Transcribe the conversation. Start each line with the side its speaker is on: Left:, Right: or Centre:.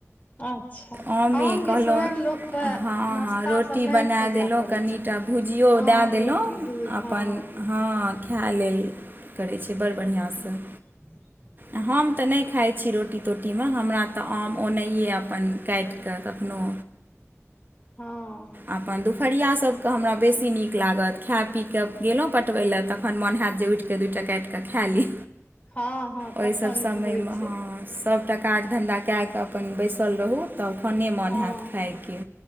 Left: अच्छा
Right: ओमे
Left: आमके
Right: कहलौं
Left: समयमे लोकके
Right: हँ
Left: नाश्ता
Right: रोटी
Left: सब नहि
Right: बना
Left: खोजय
Right: देलौं
Left: पड़ै
Right: कनिटा।
Left: छै
Right: भुजियो
Left: आम
Right: दए देलौं
Left: रोटी दूध
Right: अपन
Left: हँ
Right: हँ खै लेल। करै छै बड़ बढ़ियाँसँ।
Left: <inaudible>
Right: आ हम तऽ नय खाइ छी रोटी। तोटीमे हमरा तऽ आम ओनाहिए अपन काटि कऽ कखनो।
Left: हँ।
Right: अपन दुपहरिया सबके हमरा बेसी नीक लागत खै पी कऽ गेलो पटबै लए तखन मोन हैत जे उइठ कऽ के दूटा कइट कऽ खै ली
Left: हँ हँ
Right: ओइ
Left: तखन
Right: सब समयमे
Left: के होइ छै
Right: हाँ सभटा काज धन्धा के कऽ अपन बैसल रहू तखने मोन
Left: हँ
Right: हैत खाइके